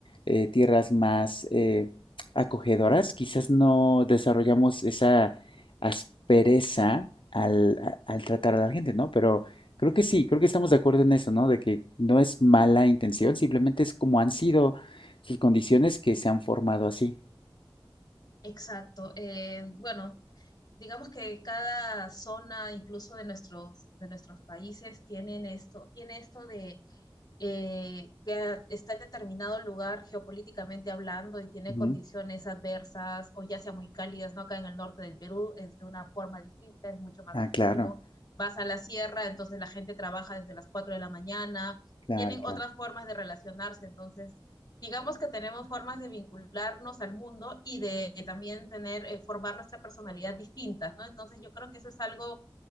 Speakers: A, on the left; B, on the left.
A: eh, tierras más eh, acogedoras, quizás no desarrollamos esa aspereza al, a- al tratar a la gente, ¿no? Pero Creo que sí, creo que estamos de acuerdo en eso, ¿no? De que no es mala intención, simplemente es como han sido sus condiciones que se han formado así.
B: Exacto. Eh, bueno, digamos que cada zona, incluso de nuestros, de nuestros países, tienen esto, tiene esto de eh, que está en determinado lugar geopolíticamente hablando y tiene
A: Ujú.
B: condiciones adversas o ya sea muy cálidas, ¿no? Acá en el norte del Perú es de una forma distinta, es mucho más
A: Ah,
B: festivo.
A: claro,
B: Vas a la sierra, entonces la gente trabaja desde las 4 de la mañana,
A: claro,
B: tienen
A: claro.
B: otras formas de relacionarse, entonces digamos que tenemos formas de vincularnos al mundo y de, también tener, eh, formar nuestra personalidad distintas, ¿no? Entonces yo creo que eso es algo